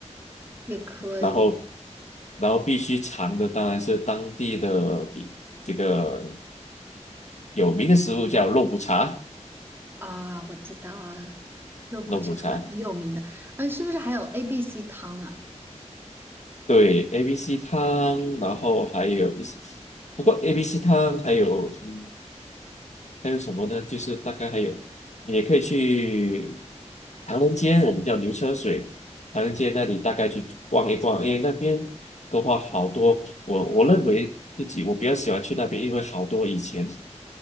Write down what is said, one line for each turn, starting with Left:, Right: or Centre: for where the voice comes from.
Right: 也可以
Left: 然后，然后必须尝的当然是当地的比这个。有名的食物叫肉骨茶，
Right: 啊。我知道肉骨茶很有名的，
Left: 肉骨茶，
Right: 嗯，是不是还有 ABC 汤啊？
Left: 对，A B C 汤，然后还有一些，不过 A B C 汤还有嗯还有什么呢？就是大概还有，你也可以去唐人街，我们叫牛车水，唐人街那里大概去逛一逛，因为那边的话好多，我我认为自己我比较喜欢去那边，因为好多以前